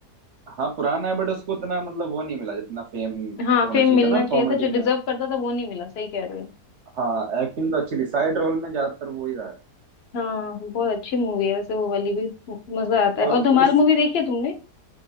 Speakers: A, on the right (about 60°); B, on the left (about 55°).
A: हाँ पुराना है बट उसको उतना मतलब वो नहीं मिला जितना फेम
B: हाँ
A: होना
B: फेम
A: चाहिए
B: मिलना
A: था ना
B: चाहिए
A: कॉमेडी
B: था जो डिजर्व
A: में
B: करता था वो नहीं मिला सही कह रहे हो
A: हाँ एक्टिंग तो अच्छी थी साइड रोल में ज्यादातर वो ही रहा है
B: हाँ बहुत अच्छी मूवी है वैसे वो वाली भी म- मजा आता
A: और
B: है और
A: उस
B: धमाल मूवी देखी है तुमने